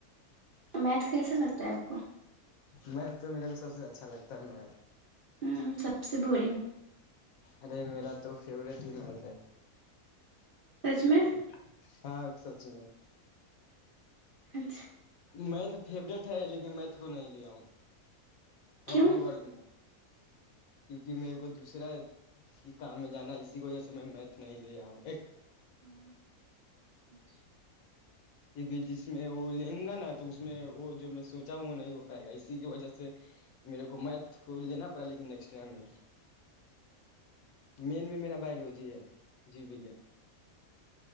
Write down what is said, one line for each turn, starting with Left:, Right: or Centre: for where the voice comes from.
Right: میتھ کیسا لگتا ہے آپ کو
Left: میتھ تو میرے کو سب سے اچھا لگتا ہے می
Right: ہ سب سے بورنگ
Left: ارے میرا تو فیوریٹ ٹیم ہے تھ
Right: سچ میں
Left: ا ہاں سچ میں
Right: اچھا
Left: میں تو فیوریٹ ہے لیکن میںت کو نہیں لیا ہوں
Right: کیوں
Left: اپنے ورگ میں کیونکہ میرے کو دوسرا کام میں جانا ہے اسی کی وجہ سے میں میتھ نہیں لے آؤ
Right: ہوں اچھا
Left: کیونکہ جس میں وہ لےوں گا نا تو اس میں وہ جو میں سوچا ہوں وہ نہیں ہو پائے گا اسی کی وجہ سے میرے کو میتھ کو لینا پڑا لیکن نیکسٹ ٹائم میں مین میں میرا بایولوجی ہے جی بھیا